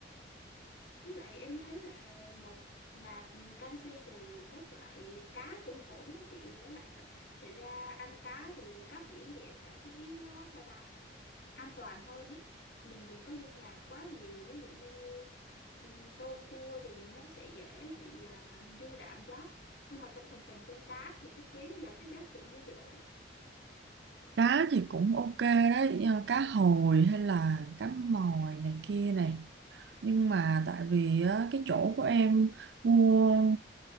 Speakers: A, on the left (about 70°); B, on the right (about 70°).
A: Với lại em thấy là nộp nạp canxi từ các loại cá cũng ổn đó chị với lại thật, thật ra ăn cá thì cá biển thì em cảm thấy nó sao ta an toàn hơn ấy mình đừng có dung nạp quá nhiều ví dụ như ừm, tôm cua thì nó sẽ dễ bị à, dư đạm quá nhưng mà trong thành phần trong cá thì chất béo giàu chất béo tự nhiên thì ổn á.
B: Cá thì cũng ok đấy, ờ, cá hồi hay là cá mòi này kia này. Nhưng mà tại vì á, cái chỗ của em mua